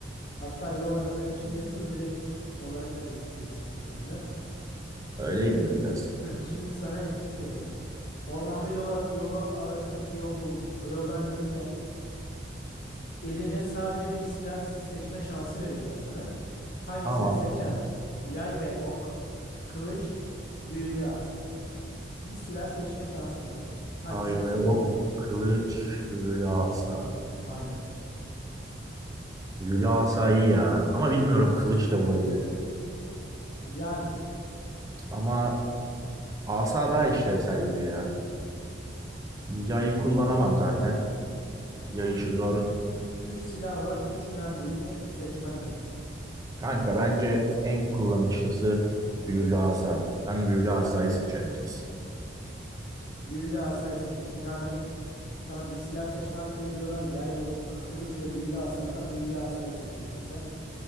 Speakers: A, on the left (about 50°); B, on the right (about 20°).
A: Hatta yol aradan için cesur biri olarak da gözüküyorsun şu anda.
B: Öyleyimdir
A: Şimdi,
B: biraz.
A: <laughs> şimdi sana ikinci sorum. Ormanda yola, yola aradın, bir yol buldun. Bu yoldan yürürken eline sadece bir silah seçme şansı veriyorlar sana. Hangisini
B: Tamam.
A: seçerdin? Yay ve ok, kılıç, büyülü asa. Bir silah seçme şansın var. Hangisini
B: Ay ve
A: seçerdin?
B: ok, kılıç, büyülü asa.
A: Aynen.
B: Büyülü asa iyi ya. Ama bilmiyorum kılıç da olabilir.
A: Yani
B: Ama asa daha işlevsel gibi ya. Yayı kullanamam zaten.
A: ya
B: Yay
A: burada
B: işi zor.
A: 3 silah var. Üçünden birini seçmen lazım.
B: Kanka bence en kullanışlısı büyülü asa. Ben büyülü asayı seçerim kesin.
A: Büyülü asayı seçiyorsun. Yani Sana bir silah seçme hakkı veriyorlar. Yay ve ok, kılıç ve büyülü asadan büyülü asayı seçiyorsun sen.